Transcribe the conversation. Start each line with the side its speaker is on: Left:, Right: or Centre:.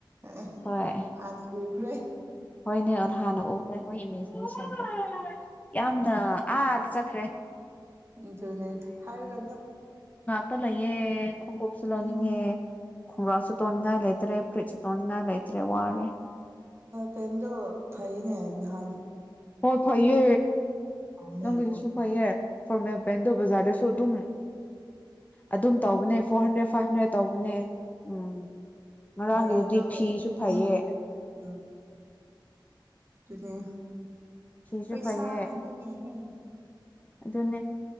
Right: ꯑꯦ
Left: ꯍꯣꯏ
Right: ꯍꯥꯟꯅ ꯎ ꯍꯦ
Left: ꯍꯣꯏꯅꯦ ꯑꯅ ꯑꯗꯨꯅ ꯍꯥꯟꯅ ꯎꯈ꯭ꯔꯦ ꯑꯩꯈꯣꯏ ꯏꯃꯦꯖꯤꯅꯦꯁꯟꯗ ꯌꯥꯝꯅ ꯑꯥꯗ ꯆꯠꯈ꯭ꯔꯦ
Right: ꯑꯗꯨꯅꯦ ꯍꯥꯏꯔꯒ
Left: ꯇ ꯂꯩꯌꯦ ꯈꯣꯡꯒꯨꯞꯁꯨ
Right: ꯎꯝ
Left: ꯂꯧꯅꯤꯡꯉꯦ ꯈꯣꯡꯒ꯭ꯔꯥꯁꯨ ꯇꯣꯡꯅꯤꯡꯉꯥꯏ ꯂꯩꯇ꯭ꯔꯦ ꯐꯨꯔꯤꯠꯁꯨ ꯇꯣꯡꯅꯤꯡꯉꯥꯏ ꯂꯩꯇ꯭ꯔꯦ ꯋꯥꯔꯦ
Right: ꯇꫭꯟꯗꯣ ꯐꯩꯏꯅꯦ ꯅꯍꯥ ꯑꯟ
Left: ꯍꯣꯏ ꯐꯩꯌꯦ
Right: ꯄꯥꯝꯃꯦ
Left: ꯅꯪꯒꯗꯤꯁꯨꯁꯨ ꯐꯩꯌꯦ ꯐꫭꯔꯃꯦꯜ ꯄꯦꯟꯗꯣ ꯕꯖꯥꯔꯗꯁꯨ ꯑꯗꯨꯝ ꯑꯗꯨꯝ ꯇꯧꯕꯅꯦ ꯐꯣꯔ ꯍꯟꯗ꯭ꯔꯦꯠ ꯐꯥꯏꯚ ꯍꯟꯗ꯭ꯔꯦꯠ ꯇꯧꯕꯅꯦ ꯎꯝ ꯉꯔꯥꯡꯒꯤꯗꯨꯗꯤ
Right: ꯚꯔꯥꯗꫭ
Left: ꯐꯤꯁꯨ ꯐꯩꯌꯦ
Right: ꯎꯝ ꯎꯝ ꯗꯨꯅꯦ
Left: ꯐꯤꯁꯨ
Right: ꯄꯩꯁꯥ
Left: ꯐꯩꯌꯦ
Right: ꯅꯅꯤꯅꯦꯍꯦ
Left: ꯑꯗꯨꯅꯦ